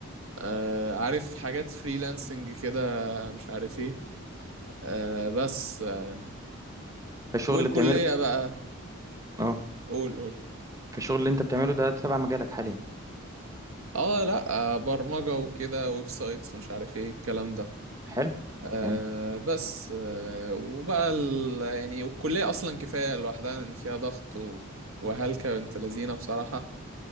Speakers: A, on the right; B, on the right.
A: آه عارف حاجات فريلانسنج كده مش عارف ايه آه بس آه
B: فالشغل
A: والكلية
B: اللي بتعمله
A: بقى
B: اه
A: قول قول
B: فالشغل اللي انت بتعمله ده تبع مجالك حاليا
A: اه لا آه برمجة وكده ويب سايتس ومش عارف ايه الكلام ده
B: حلو
A: آه
B: يعني
A: بس آه وبقى ال... يعني والكلية اصلا كفاية لوحدها ان فيها ضغط و... وهلكة بنت لذينة بصراحة